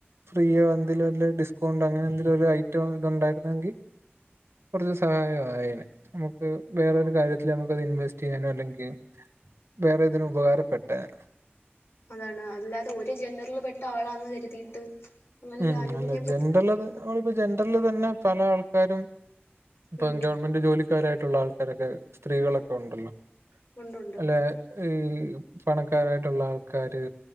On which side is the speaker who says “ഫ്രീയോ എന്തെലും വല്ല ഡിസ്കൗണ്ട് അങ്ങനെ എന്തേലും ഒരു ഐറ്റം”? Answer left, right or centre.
Right